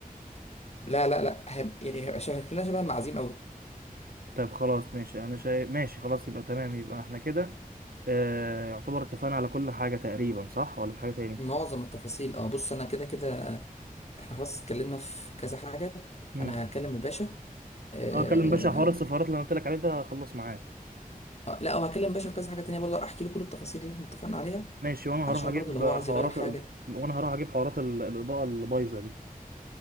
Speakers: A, on the left; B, on the right.
A: لا لا لا هيبقى يعني هيبقى شكلنا شبه المعازيم قوي
B: طب خلاص ماشي انا شايف ماشي خلاص يبقى تمام يبقى احنا كده آه، يعتبر اتفقنا على كل حاجة تقريبا صح ولا في حاجة تاني
A: معظم التفاصيل اه بص انا كده كده احنا خلاص اتكلمنا في كذا حاجة
B: مم.
A: انا هكلم الباشا آه...
B: اه اكلم باشا حوار السفارات اللي انا قلت لك عليه ده خلص معايا
A: آه، لا وهكلم الباشا في كذا حاجة تانية برضه احكي له كل التفاصيل اللي احنا اتفقنا عليها
B: ماشي وانا
A: علشان
B: هروح اجيب
A: برضه لو هو عايز
B: حوارات
A: يغير حاجة
B: ال... وانا هروح اجيب حوارات ال... الاضاءه اللي بايظه دي